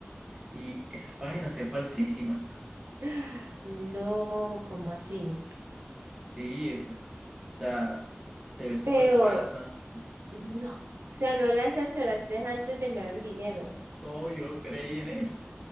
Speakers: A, in the centre; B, on the right.
A: Y esa página se es falsísima.
B: <gasps> Ah, No, como así?
A: Sí, es, o sea, se ve súper
B: Pero
A: falsa.
B: no. O sea, no la cercioraste antes de enviar el dinero.
A: No, yo lo creí en él.